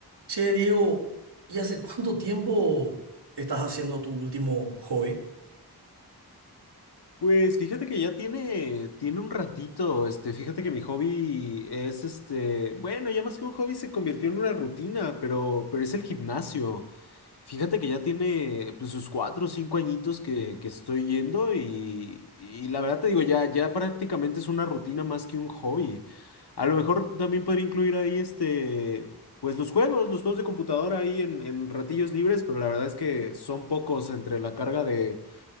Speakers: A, on the right; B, on the left.
A: Che, Diego, ¿y hace cuánto tiempo estás haciendo tu último hobby?
B: Pues fíjate que ya tiene, tiene un ratito, este, fíjate que mi hobby es este, bueno, ya más que un hobby se convirtió en una rutina, pero, pero es el gimnasio. Fíjate que ya tiene pues, sus cuatro o cinco añitos que, que estoy yendo y, y la verdad te digo, ya, ya prácticamente es una rutina más que un hobby. A lo mejor también podría incluir ahí este, pues los juegos, los juegos de computadora ahí en, en ratillos libres, pero la verdad es que son pocos entre la carga de